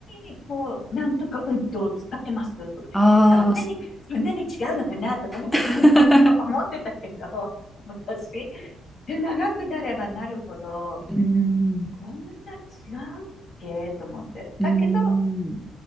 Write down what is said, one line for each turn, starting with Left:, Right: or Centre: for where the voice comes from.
Left: に、こう、なんとかウッドを使ってますとか、
Centre: ああ、
Left: そんなに、
Centre: す
Left: そんなに違うのかなとか私も
Centre: <laughs>
Left: <laughs> 思ってたけど、昔。で、長くなればなるほど、
Centre: うーん、
Left: こんな違うっけと思って。
Centre: うーん、
Left: だけど、